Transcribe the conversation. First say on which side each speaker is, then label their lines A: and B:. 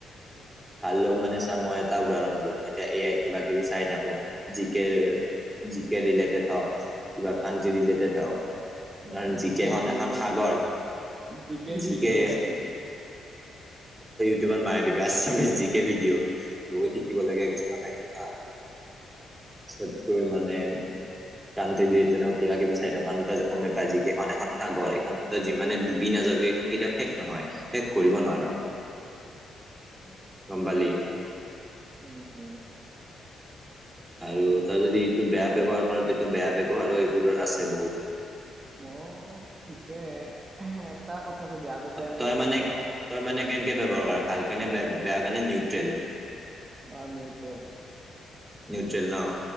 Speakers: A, on the right; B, on the right.
A: ভাল লগ মানে চা মই এটা উদাহৰণ হলো মই এতিয়া এ আইত কিবা কিবি চাই থাকো G K G K related হওক কিবা কানটি ৰিলেটেড হওক
B: অ',
A: জিকেখনন
B: জিকে ভিডিঅ'জ
A: এখন
B: বিলাক?
A: সাগৰ
B: জিকে
A: জি
B: ভিডিঅ'
A: কে
B: বিলাক নেকি?
A: আ ব মাৰে দিবি আছামিজ জি কে ভিডিঅ' বহুত শিকিবলীয়া কিছুমান আহিব হা তাৰপিছত তোৰ মানে কান ডুবি কিবা কিবি চাই থকা সেইটো যে গম পাই যে কেইখন এখন সাগৰ এইখনত যিমান ডুবি না খন কেতিয়াও শেষ নহয় শেষ কৰিব নোৱাৰা। গম পালি
B: উম, উম,
A: আৰু তাৰ যদি এইটোৰ বেয়া ব্যৱহাৰ কৰে তেতিয়া বেয়া ব্যৱহাৰো এইবোৰো আছে বহুত
B: মই ঠিকে এটা কথা চাবি আগতে আমি
A: তই মানে
B: ধৰ
A: তই মানে কেনেকে ব্যবহাৰ কৰে ভাল কেনে বেয়া কেনে নে নিউট্ৰেল।
B: অ নিউট্ৰেল
A: নিউট্ৰেল ন